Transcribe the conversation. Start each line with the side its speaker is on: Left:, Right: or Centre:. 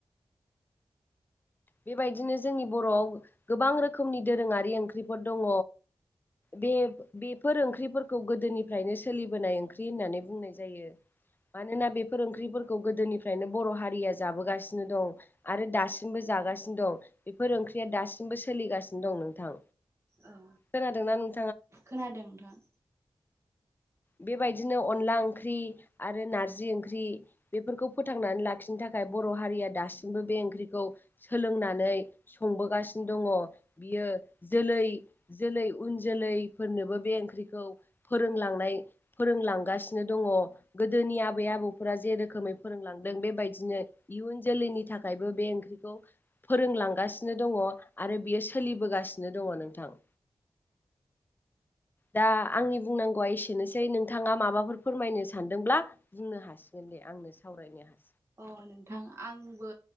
Left: बेबायदिनो जोंनि बर'आव गोबां रोखोमनि दोरोङारि ओंख्रिफोर दङ बे बेफोर ओंख्रिफोरखौ गोदोनिफ्रायनो सोलिबोनाय ओंख्रि होननानै बुंनाय जायो मानोना बेफोर ओंख्रिफोरखौ गोदोनिफ्रायनो बर' हारिया जाबोगासिनो दं आरो दासिमबो जागासिनो दं बेफोर ओंख्रिया दासिमबो सोलिगासिनो दं नोंथां
Right: औ
Left: खोनादोंना नों
Right: खोनादों नोंथां
Left: बेबायदिनो अनला ओंख्रि आरो नारजि ओंख्रि बेफोरखौ फोथांनानै लाखिनो थाखाय थाखाय बर' हारिया दासिमबो बे ओंख्रिखौ सोलोंनानै संबोगासिनो दङ बियो जोलै जोलै उन जोलैफोरनोबो बे ओंख्रिखौ फोरोंलांनाय फोरोंलांगासिनो दङ गोदोनि आबै आबौफोरा जेेरोखोमै फोरोंलांदों बेबायदिनो इयुन जोलैनि थाखायबो बे ओंख्रिखौ फोरोंलांगासिनो दङ आरो बियो सोलिबोगासिनो दङ नोंथां दा आंनि बुंनांगौआ एसेनोसै नोंथाङा माबाफोर फोरमायनो सानदोंब्ला बुंनो हासिगोन आंनो सावरायनो हादों
Right: अ नोंथां आंबो